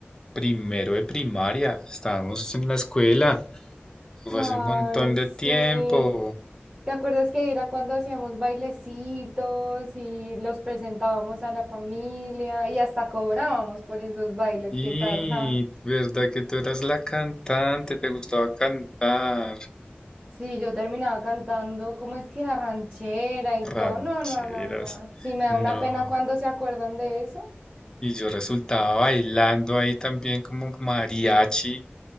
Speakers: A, on the left; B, on the right.
A: Primero de primaria, estábamos en la escuela, eso
B: Ay,
A: fue hace un montón
B: sí.
A: de tiempo.
B: ¿Te acuerdas que era cuando hacíamos bailecitos y los presentábamos a la familia y hasta cobrábamos por esos bailes?
A: Y,
B: ¿Qué tal? ja?
A: ¿verdad que tú eras la cantante? ¿Te gustaba cantar?
B: Sí, yo terminaba cantando, ¿cómo es que la ranchera y todo?
A: Rancheras.
B: No, no, no, no. Sí, me da
A: No.
B: una pena cuando se acuerdan de eso.
A: Y yo resultaba bailando ahí también como mariachi.